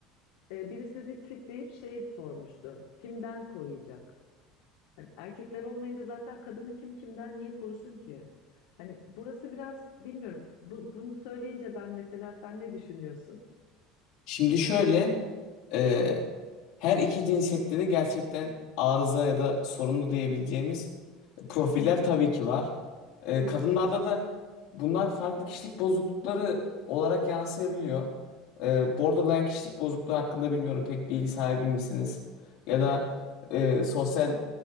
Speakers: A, on the left (about 75°); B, on the left (about 55°).
A: E, birisi retweet şey sormuştu. Kimden koruyacak? Hani erkekler olmayınca zaten kadını kim kimden niye korusun ki? Hani burası biraz bilmiyorum. Bu, bunu söyleyince ben mesela sen ne düşünüyorsun?
B: Şimdi şöyle e, her iki cinsiyette de gerçekten arıza ya da sorunlu diyebileceğimiz profiller
A: Hı hı,
B: tabii ki var. E,
A: hı
B: kadınlarda
A: hı.
B: da bunlar farklı kişilik bozuklukları olarak yansıyabiliyor. E, borderline kişilik bozukluğu hakkında bilmiyorum pek bilgi sahibi misiniz? Ya da
A: Evet.
B: e, sosyal